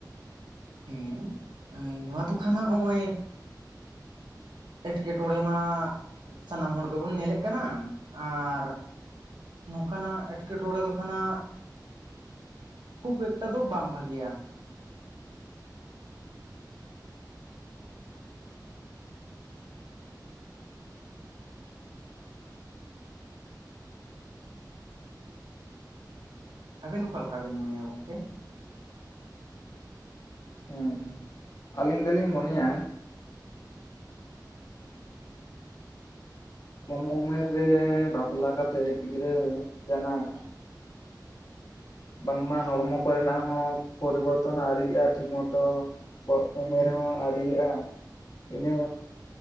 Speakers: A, on the right (about 80°); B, on the left (about 55°).
A: ᱦᱮᱸ ᱱᱚᱣᱟ ᱫᱚ ᱠᱷᱟᱱᱟᱜ ᱦᱚᱜᱼᱚᱭᱼᱼ ᱮᱸᱴᱠᱮ ᱴᱚᱬᱮ ᱢᱟ ᱥᱟᱱᱟᱢ ᱦᱚᱸᱲ ᱜᱮᱵᱚᱱ ᱧᱮᱞᱮᱫ ᱠᱟᱱᱟ ᱟᱨᱼᱼ ᱱᱚᱝᱠᱟᱱᱟᱜ ᱮᱴᱠᱮᱴᱚᱬᱮ ᱫᱚ ᱠᱷᱚᱱᱟᱜ ᱠᱷᱩᱵ ᱮᱠᱴᱟ ᱫᱚ ᱵᱟᱝ ᱵᱷᱟᱜᱮᱭᱟ᱾ ᱟᱹᱵᱤᱱ ᱚᱠᱟ ᱞᱮᱠᱟ ᱵᱤᱱ ᱢᱚᱱᱮᱭᱟ ᱜᱚᱝᱠᱮ?
B: ᱩᱸ ᱟᱹᱞᱤᱝ ᱫᱚᱞᱤᱝ ᱢᱚᱱᱮᱭᱟᱼᱼ ᱠᱚᱢ ᱩᱢᱮᱨ ᱨᱮ ᱵᱟᱯᱞᱟ ᱠᱟᱛᱮᱫ ᱜᱤᱫᱽᱨᱟᱹ ᱡᱟᱱᱟᱢᱼᱼ ᱵᱟᱝᱢᱟ ᱦᱚᱲᱢᱚ ᱠᱚᱨᱮᱱᱟᱜ ᱦᱚᱸ ᱯᱚᱨᱤᱵᱚᱨᱛᱚᱱ ᱟᱹᱣᱨᱤᱜᱼᱟ ᱴᱷᱤᱠ ᱢᱚᱛᱚᱼᱼ ᱯᱚ ᱩᱢᱮᱨ ᱦᱚᱸ ᱟᱹᱣᱨᱤᱜᱼᱟ ᱤᱱᱟᱹᱼᱼ